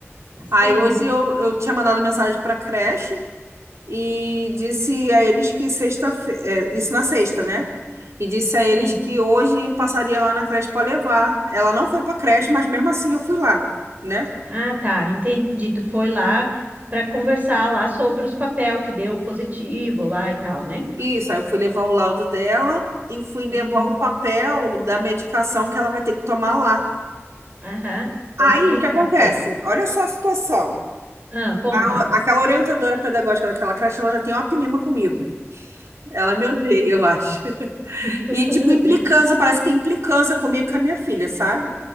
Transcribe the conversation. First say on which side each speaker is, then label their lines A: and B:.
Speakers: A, on the right; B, on the right.
A: Sim,
B: Aí hoje eu, eu tinha mandado mensagem pra creche e disse a eles que sexta-feira. isso na sexta, né? E disse a
A: sim.
B: eles que hoje passaria lá na creche pra levar. Ela não foi pra creche, mas mesmo assim eu fui lá, né?
A: Ah, tá, entendi. Tu foi lá pra conversar lá sobre os papel que deu positivo lá e tal, né?
B: Isso, aí eu fui levar o laudo dela e fui levar
A: Uhum.
B: o papel da medicação que ela vai ter que tomar lá.
A: Aham, Pra
B: Aí
A: explicar
B: o que acontece?
A: pra eles.
B: Olha só a situação.
A: Ah, conta.
B: A- Aquela orientadora pedagógica daquela creche, ela já tem uma pinima comigo. Ela me odeia, eu acho. <laughs>
A: <laughs>
B: E, tipo, implicância, parece que tem implicância comigo e com a minha filha, sabe?